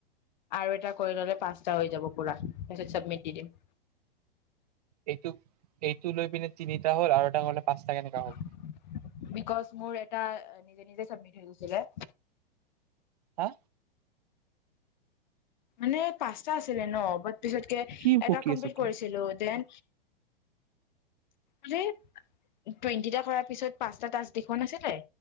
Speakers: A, on the left; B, on the right.
A: আৰু এটা কৰি ললে পাঁচটা হৈ যাব পুৰা। তাৰপাছত চাবমিট দি দিম।
B: এইটো! এইটো লৈ পিনে তিনিটা হ'ল আৰু এটা হ'লে পাঁচটা কেনেকা হ'ল
A: <inaudible> বিকজ মোৰ এটা নিজে নিজে চবমিট হৈ গৈছিলে।
B: হা?
A: মানে পাঁচ টা আছিলে ন বাত পিছতকে
B: কি বকি
A: এটা কমপ্লিট
B: আছ তই
A: কৰিছিলো দেন আৰে টুৱেন্টিটা কৰাৰ পিছত পাঁচটা টাছক দেখুুৱা নাছিলে?